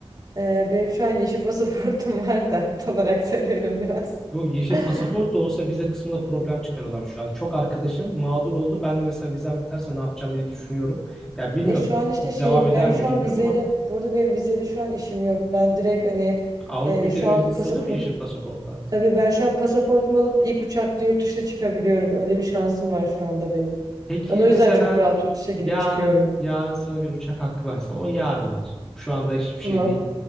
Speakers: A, on the right (about 40°); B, in the centre.
A: e, benim şu an yeşil pasaportum <laughs> var da utanarak söylüyorum biraz.
B: Yok yeşil
A: <laughs>
B: pasaport da olsa vize kısmında problem çıkarıyorlar şu an. Çok arkadaşım mağdur oldu. Ben de mesela vizem biterse ne yapacağım diye düşünüyorum. Ya bilmiyorum
A: E şu an işte
B: devam
A: şey
B: eder
A: ben şu
B: mi bilmiyorum
A: an vizeyle
B: ama
A: burada benim vizeyle şu an işim yok. Ben direkt hani
B: Avrupa
A: e,
B: ülkelerine
A: şu an
B: vizesi
A: pasaport
B: alıyor mu yeşil pasaportla?
A: tabii ben şu an pasaportumu alıp ilk uçakta yurt dışına çıkabiliyorum. Öyle bir şansım var şu anda benim.
B: Peki
A: Ben o yüzden
B: mesela
A: çok rahat yurt dışına girip
B: yarın
A: çıkıyorum.
B: yarın sana bir uçak hakkı versem ama yarın bak şu anda hiçbir
A: Tamam.
B: şey değil.